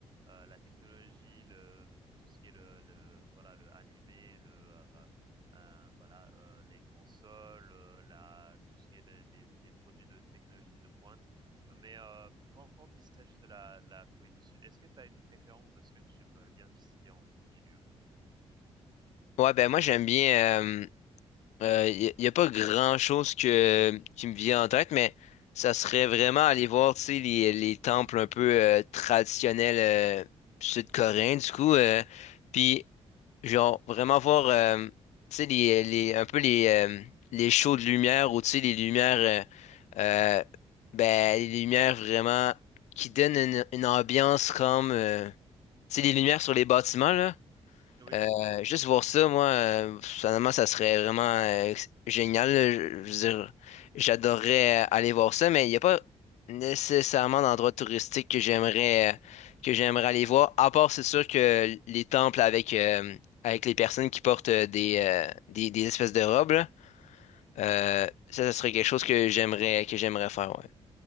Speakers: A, on the right; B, on the left.
A: heu, la technologie, le, mmh, tout ce qui est le le voilà, le animé, le, heu Euh, voilà, euh, les consoles, euh, la, tout ce qui est les, les, les produits de technologie de pointe. Mais euh, quand, quand il s'agit de la, la Corée du Sud, est-ce que tu as une préférence de ce que tu aimerais bien visiter en premier lieu?
B: Ouais, ben moi, j'aime bien. euh, Il n'y a, pas grand-chose que, qui me vient en tête, mais ça serait vraiment aller voir, tu sais, les, les temples un peu euh, traditionnels euh, sud-coréens,
A: Mm,
B: du coup. euh, puis, genre, vraiment voir, euh, tu sais, les, les, un peu les, euh, les shows de lumière ou, tu sais, les lumières, euh, euh, ben, les lumières vraiment qui donnent une, une ambiance comme, euh, tu sais, les
A: mm,
B: lumières
A: mm.
B: sur les bâtiments, là.
A: Oui.
B: Euh, juste voir ça, moi, euh, finalement, ça serait vraiment euh, génial. là. Je, je veux dire, j'adorerais euh, aller voir ça, mais il n'y a pas nécessairement d'endroit touristique que j'aimerais euh, que j'aimerais aller voir. À part, c'est sûr que les temples avec euh, avec les personnes qui portent euh, des, euh, des des espèces de robes, là, euh,
A: mm.
B: ça, ça serait quelque chose que j'aimerais que j'aimerais faire. ouais.